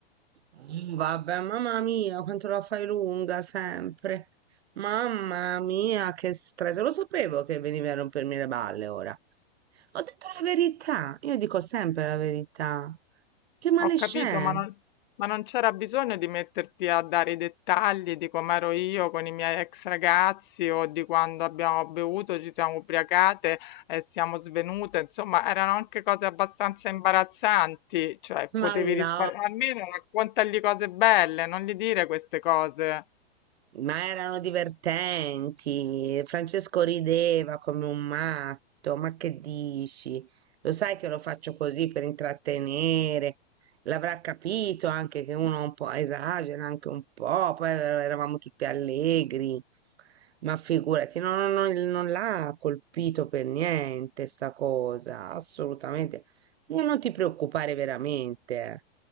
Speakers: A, on the right (about 90°); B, on the left (about 50°).
A: Mm, Vabbè, mamma mia, quanto la fai lunga sempre. Mamma mia, che stress. Lo sapevo che venivi a rompermi le balle ora. Ho detto la verità. Io dico sempre la verità. Che male
B: Ho capito,
A: c'è?
B: ma non, ma non c'era bisogno di metterti a dare i dettagli di com'ero io con i miei ex ragazzi o di quando abbiamo bevuto, ci siamo ubriacate e siamo svenute. Insomma, erano anche cose abbastanza imbarazzanti, cioè potevi
A: Ma
B: risparmiare.
A: no.
B: Almeno raccontagli cose belle, non gli dire queste cose.
A: Ma erano divertenti. Francesco rideva come un matto. Ma che dici? Lo sai che lo faccio così per intrattenere. L'avrà capito anche che uno un po' esagera, anche un po'. Poi er- er-, eravamo tutti allegri. Ma figurati, no, no, no, il- non l'ha colpito per niente sta cosa, assolutamente. Ma non ti preoccupare veramente. eh.